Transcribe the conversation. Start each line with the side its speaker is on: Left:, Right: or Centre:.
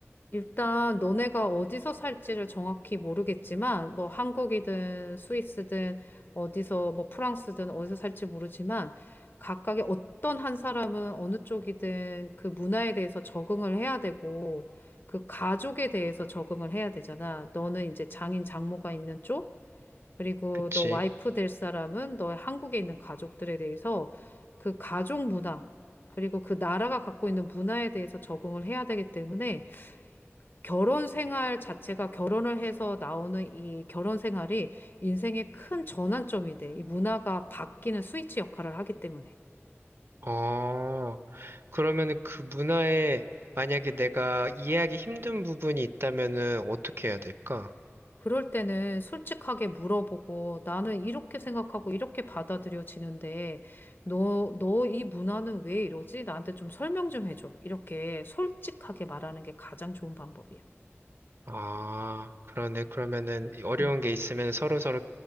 Left: 일단 너네가 어디서 살지를 정확히 모르겠지만 뭐 한국이든 스위스든 어디서 뭐 프랑스든 어디서 살지 모르지만 각각의 어떤 한 사람은 어느 쪽이든 그 문화에 대해서 적응을 해야 되고 그 가족에 대해서 적응을 해야 되잖아. 너는 이제 장인 장모가 있는 쪽 그리고
Right: 그치?
Left: 너 와이프 될 사람은 너의 한국에 있는 가족들에 대해서 그 가족 문화 그리고 그 나라가 갖고 있는 문화에 대해서 적응을 해야 되기 때문에 결혼 생활 자체가 결혼을 해서 나오는 이 결혼 생활이 인생의 큰 전환점이 돼. 이 문화가 바뀌는 스위치 역할을 하기 때문에.
Right: 어, 그러면은 그 문화에 만약에 내가 이해하기 힘든 부분이 있다면은 어떻게 해야 될까?
Left: 그럴 때는 솔직하게 물어보고 나는 이렇게 생각하고 이렇게 받아들여지는데 너, 너 이 문화는 왜 이러지? 나한테 좀 설명 좀 해줘. 이렇게 솔직하게 말하는 게 가장 좋은 방법이야.
Right: 아, 그러네. 그러면은 이 어려운
Left: 음.
Right: 게 있으면 서로서로